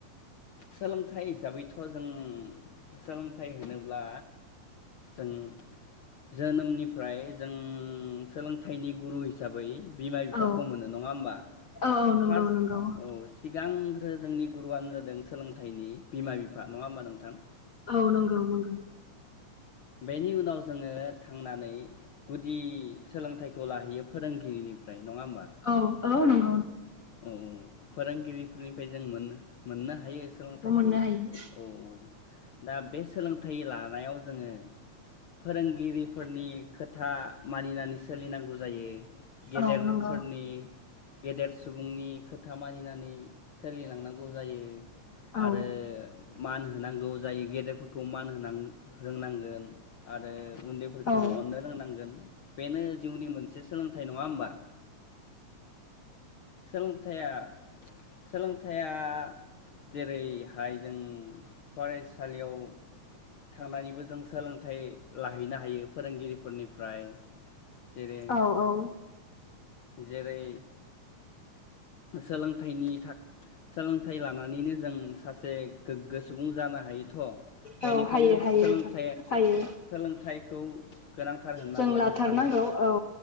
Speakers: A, on the left (about 70°); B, on the left (about 90°).
A: सोलोंथा थाइ हिसाबैथ' जों सोलोंथाइ होनोब्ला जों जोनोमनिफ्राय जों सोलों थाइनि गुरु हिसाबै बिमा बिफाखौ
B: औ
A: मोनो नङा होमबा
B: औ नंगौ
A: फार्स्ट
B: नंगौ
A: औ सिगांग्रो जोंनि गुरुआनो जादों नि बिमा बिफा नङा होमबा नोंथां
B: औ नंगौ नंगौ
A: बेनि उनाव जोङो थांनानै गुदि सोलोंथाइ ज' लाहैयो फोरोंगिरिनिफ्राय नङा होमबा
B: औ औ नं
A: औ औ फोरोंगिरि फोरनिफ्राय जों मोननो मोननो हायो सोलोंथाइखौ
B: मोननो हायो
A: औ दा बे सोलोंथाइ लानायाव जोङो फोरोंगिरिफोरनि खोथा मानिनानै सोलिनांगौ जायो गेदेरफोरनि
B: औ नंगौ
A: गेदेर सुबुंनि खोथा मानिनानै सोलिलांनांगौ जायो
B: औ
A: आरो मान होनांगौ जायो गेदेरफोरखौ मान होनां रोंनांगोन आरो उन्दैफोरखौबो
B: औ
A: अननो रोंनांगोन बेनो जिउनि मोनसे सोलोंथाइ नङा होमबा? सोलोंथया सोलों थाइया जेरैहाय जों फरायसालियाव थांनानैबो जों सोलोंथाइ लाहैनो हायो फोरोंगिरिफोरनिफ्राय जेरै
B: औ औ
A: जेरै सोलोंथाइनि था सोलोंथाइ लानानैनो जों सासे गोग्गो सुबुं जानो हायोथ' बेनिखायनो
B: औ हायो हायो
A: सोलोंथाइ
B: नोंथां हायो
A: सोलोंथाइखौ गोनांथार होननानै
B: जों लाथारनांगौ
A: आं सानो
B: औ